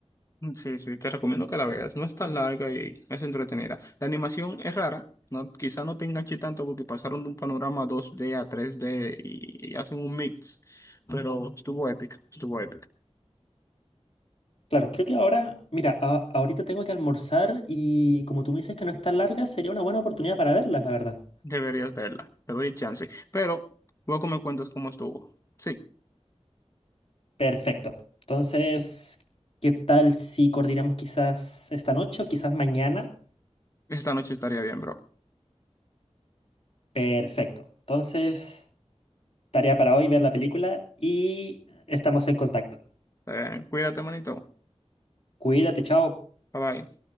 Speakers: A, on the left; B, on the left.
A: Sí, sí, te recomiendo que la veas, no es tan larga y es entretenida. La animación es rara, no, quizá no te enganche tanto porque pasaron de un panorama 2D a 3D y, y hacen un mix, pero estuvo épica, estuvo épica.
B: Claro, creo que ahora, mira, a- ahorita tengo que almorzar y como tú me dices que no es tan larga, sería una buena oportunidad para verlas, la verdad.
A: Deberías verla, te doy chance, pero luego me cuentas cómo estuvo. Sí,
B: Perfecto. Entonces, ¿qué tal si coordinamos quizás esta noche o quizás mañana?
A: esta noche estaría bien, bro.
B: Perfecto. Entonces, tarea para hoy ver la película y estamos en contacto.
A: Eh, cuídate, manito.
B: Cuídate, chao.
A: Bye bye.